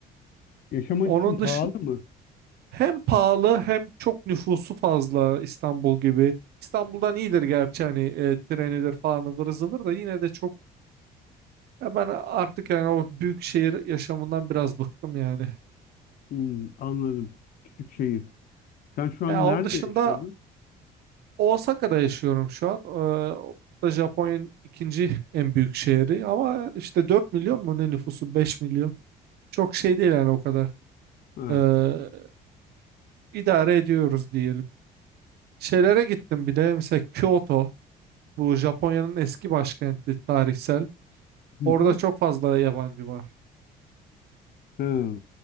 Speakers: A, on the left; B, on the right.
A: Yaşamak
B: Onun
A: için pahalı
B: dışı
A: mı?
B: hem pahalı hem çok nüfusu fazla İstanbul gibi. İstanbul'dan iyidir gerçi hani e, trenidir falan ıvır zıvır da yine de çok ya ben artık yani o büyük şehir yaşamından biraz bıktım yani.
A: Hmm, anladım. Küçük şehir. Sen şu an
B: Ya
A: nerede
B: onun dışında
A: yaşıyorsun?
B: Osaka'da yaşıyorum şu an. Ee, o da Japonya'nın ikinci <laughs> en büyük şehri ama işte 4 milyon mu ne nüfusu 5 milyon. Çok şey değil yani o kadar.
A: Ha.
B: Ee, idare ediyoruz diyelim. Şeylere gittim bir de mesela Kyoto bu Japonya'nın eski başkenti tarihsel.
A: Hı
B: Orada
A: hı.
B: çok fazla yabancı var.
A: Ha.